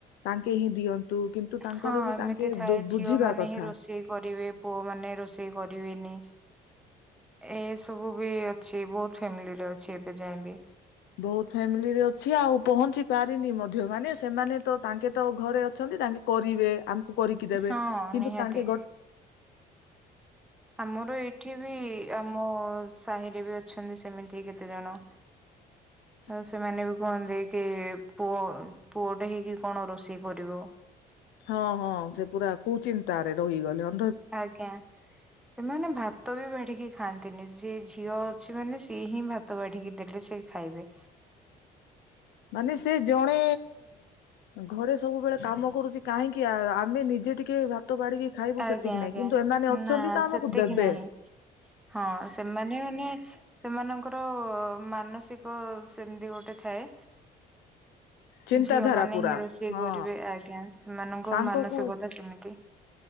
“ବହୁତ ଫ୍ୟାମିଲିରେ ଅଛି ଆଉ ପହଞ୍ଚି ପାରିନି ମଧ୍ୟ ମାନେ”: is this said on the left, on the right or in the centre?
Left